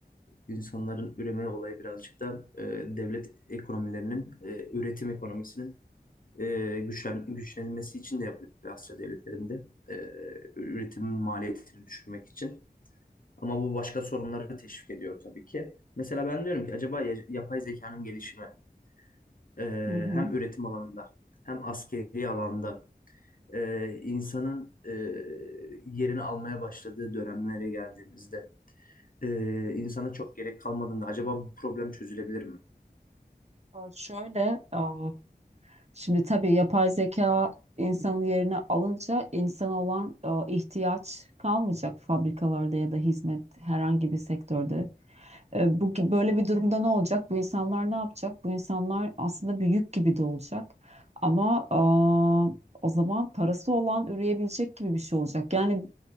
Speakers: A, on the left (about 55°); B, on the right (about 40°).
A: e, insanların üreme olayı birazcık da e, devlet ekonomilerinin, e, üretim ekonomisinin e, güçlen, güçlenilmesi için de yapılıyor Asya devletlerinde. E, üretimin maliyetini düşürmek için. Ama bu başka sorunları teşvik ediyor tabii ki. Mesela ben diyorum ki acaba ya- yapay zekanın gelişimi e,
B: Hı hı.
A: hem üretim alanında hem askeri alanda e, insanın e, yerini almaya başladığı dönemlere geldiğimizde e, insana çok gerek kalmadığında acaba bu problem çözülebilir mi?
B: Aa, Şöyle, aa, şimdi tabii yapay zeka insanın yerine alınca insan olan aa, ihtiyaç kalmayacak fabrikalarda ya da hizmet herhangi bir sektörde E, Bu gi- böyle bir durumda ne olacak? Bu insanlar ne yapacak? Bu insanlar aslında bir yük gibi de olacak. Ama aa, o zaman parası olan üreyebilecek gibi bir şey olacak. Yani